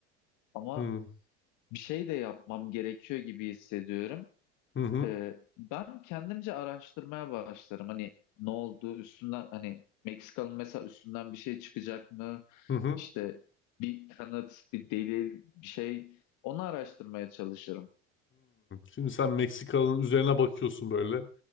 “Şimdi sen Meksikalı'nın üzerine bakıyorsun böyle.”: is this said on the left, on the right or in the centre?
Left